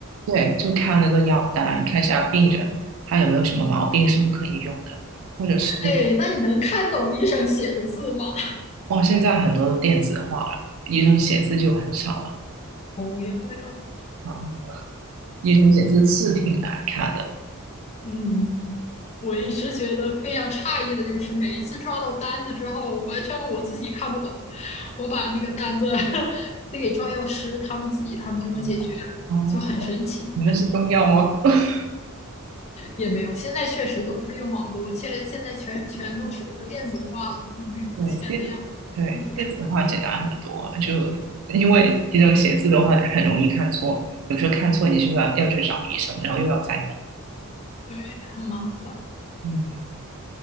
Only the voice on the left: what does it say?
啊？
哎，那你能看懂医生写的字吗？
<laughs> 哦，也对哦，
嗯。我一直觉得非常诧异的就是，每一次抓到单子之后，完全我自己看不懂，我把那个单子 <laughs> 得给抓药师，他们自己他们就能解决，
就很神奇。
也没有，现在确实都是用网络，现现在全全都是电子化了，也没有以前那样。
嗯，
对，很麻烦。